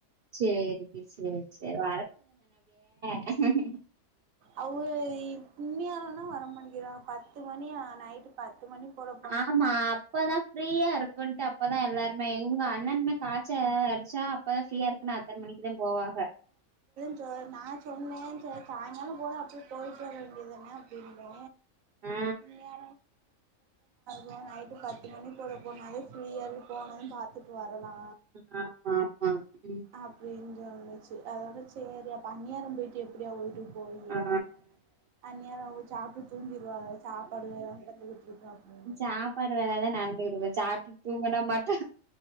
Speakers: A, on the right; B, on the right.
A: சேரிங்க சேர் சேர் <unintelligible> அப்டியே
B: அவ்வு இன்னியோரன்னா வர மாட்டிக்கறாங்க பத்து மணி ஆ நைட்டு பத்து மணி போலா
A: ஆமா அப்பதா ஃப்ரீயா இருப்பன்ட் அப்பதா எல்லாருமே உங்க அண்ணன்மே காச்ச எதாது அடிச்சா இப்பதா ப்ரீயா இருக்குன்னா அத்தன மணிக்கு தா போவாஹா
B: <unintelligible> சாய்ங்காலோ போனா அப்படியே போய்ட்டு வர வேண்டியது தானே அப்டிம்பே
A: ஆ
B: நா வேணா <inaudible> நைட்டு பத்து மணிபோல போனாலே ஃப்ரீயாவே போனது பாத்துட்டு வரலா
A: <inaudible> ம்
B: அப்டின்னு சொன்னுச்சு அதோட சேரி பன்னியாரோ போயிட்டு எப்படியாவு போவிங்கிய
A: ஆ
B: <inaudible> சாப்ட்டு தூங்கிருவாக சாப்பாடு வேற <inaudible> <unintelligible>
A: சாப்பாடு வேல தா நடந்துகிட்டுருக்கு சாப்ட்டு தூங்குனா மாட்டு